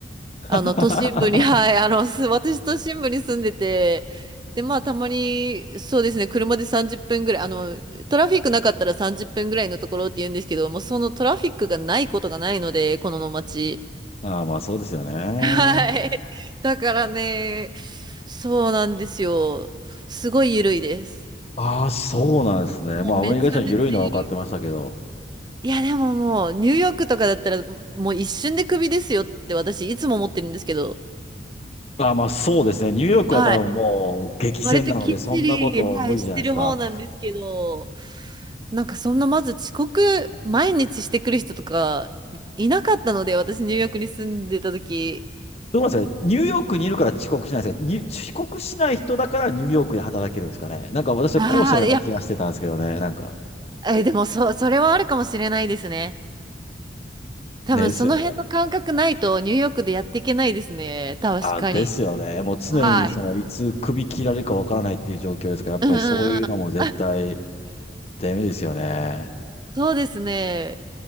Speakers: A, on the right (about 25°); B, on the left (about 35°).
A: あの、
B: <laughs> あ
A: 都心部に、はい、あの、す私都心部に住んでて、で、まあ、たまに、そうですね、車で30分ぐらい、あの、トラフィックなかったら30分ぐらいのところって言うんですけど、もうそのトラフィックがないことがないので、この街。
B: あまあそうですよね。
A: <laughs> はい。だからね、そうなんですよ。すごい緩いです。
B: ああ、そうなんですね。
A: もうめちゃめちゃ緩いです。
B: まあアメリカ人は緩いのは分かってましたけど。
A: いや、でももう、ニューヨークとかだったら、ももう一瞬でクビですよって私、いつも思ってるんですけど、
B: ああまあそうですね。ニューヨークは多分もう激戦なので、
A: はい。割ときっちり、
B: そんなこと無理じゃないですか。
A: はい、してる方なんですけど、なんかそんなまず遅刻、毎日してくる人とか、いなかったので、私、ニューヨークに住んでた時。
B: どうなんですかねニューヨークにいるから遅刻しないんですかに遅刻しない人だからニューヨークで働けるんですかねなんか私は後者のような気がしてたんですけどね。
A: ああ、いや、
B: なんか。
A: え、でも、そ、それはあるかもしれないですね。多分その辺の感覚ないとニューヨークでやっていけないですね。
B: ですよ。
A: 確かに。
B: あ、ですよね。もう常にそのいつ首切られるかわからないっていう状況ですから、
A: はい。
B: やっぱりそういうのも絶対
A: うんうんうん。
B: ダメですよね。
A: そうですね。